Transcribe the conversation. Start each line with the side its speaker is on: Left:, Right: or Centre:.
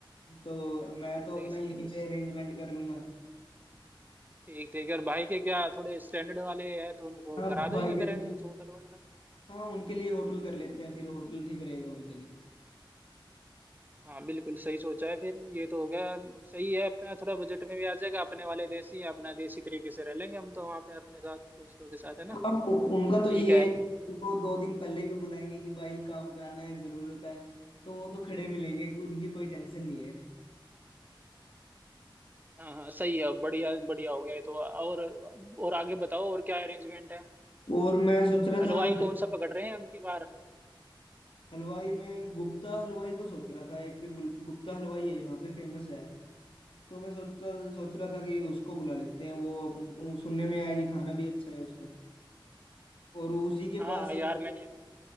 Left: तो मैं तो
Right: देसी
Left: अपना यहीं पे अरेंजमेंट कर लूंगा
Right: ठीक ठीक और भाई के क्या थोड़े स्टैंडर्ड वाले हैं तो उनको
Left: हाँ
Right: करा
Left: भाई
Right: देंगे फिर
Left: के
Right: arrange होटल वोटल
Left: हाँ उनके लिए होटल कर लेते हैं फिर होटल ठीक रहेगा उनके लिए
Right: हाँ बिल्कुल सही सोचा है फिर ये तो हो गया सही है अपना थोड़ा बजट में भी आ जाएगा अपने वाले देसी अपना देसी तरीके से रह लेंगे हम तो वहाँ पे अपने साथ दोस्तों के साथ है ना
Left: हाँ उ- उनका तो
Right: ठीक
Left: ये
Right: है
Left: है कि उनको दो दिन पहले भी बुलाएंगे कि भाई काम कराना है जरूरत है तो वो तो खड़े मिलेंगे उनकी कोई टेंशन नहीं है
Right: हाँ हाँ सही है बढ़िया बढ़िया हो गया ये तो और और आगे बताओ और क्या अरेंजमेंट है
Left: और मैं सोच रहा
Right: हलवाई
Left: था ज-
Right: कौन सा पकड़ रहे हैं अब की बार
Left: हलवाई में गुप्ता हलवाई को सोच रहा था एक गुल- गुप्ता हलवाई है यहाँ पे फेमस है तो मैं सोचता सोच रहा था कि उसको बुला लेते हैं वो अब- वो सुनने में आया कि खाना भी अच्छा है उसका और उसी के
Right: हाँ
Left: पास
Right: हाँ यार मैंने भी